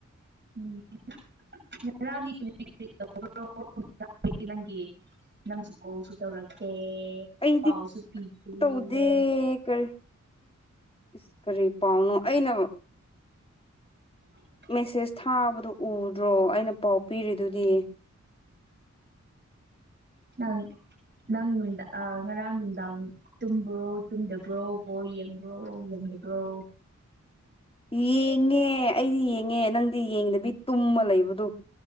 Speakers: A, on the right; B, on the left.
A: ꯎꯝ <unintelligible> ꯅꯪꯒꯤ ꯅꯪꯁꯨ ꯀꯣꯜꯁꯨ ꯇꯧꯔꯛꯇꯦ
B: ꯑꯩꯗꯤ
A: ꯄꯥꯎꯁꯨ ꯄꯤꯕꯤꯌꯦ
B: ꯇꯧꯗꯦ ꯀꯔꯤ ꯏꯁ ꯀꯔꯤ ꯄꯥꯎꯅꯣ ꯑꯩꯅ
A: <inaudible>
B: ꯃꯦꯁꯦꯁ ꯊꯥꯕꯗꯣ ꯎꯗ꯭ꯔꯣ ꯑꯩꯅ ꯄꯥꯎ ꯄꯤꯔꯤꯗꯨꯗꯤ
A: ꯅꯪ ꯅꯪꯉꯣꯟꯗ ꯑꯥ ꯉꯔꯥꯡ ꯅꯨꯡꯗꯥꯡ ꯇꯨꯝꯕ꯭ꯔꯣ ꯇꯨꯝꯗꯕ꯭ꯔꯣ ꯕꯣꯜ ꯌꯦꯡꯕ꯭ꯔꯣ ꯌꯦꯡꯗꯕ꯭ꯔꯣ
B: ꯌꯦꯡꯉꯦ ꯑꯩꯗꯤ ꯌꯦꯡꯉꯦ ꯅꯪꯗꯤ ꯌꯦꯡꯗꯕꯤ ꯇꯨꯝꯃ ꯂꯩꯕꯗꯣ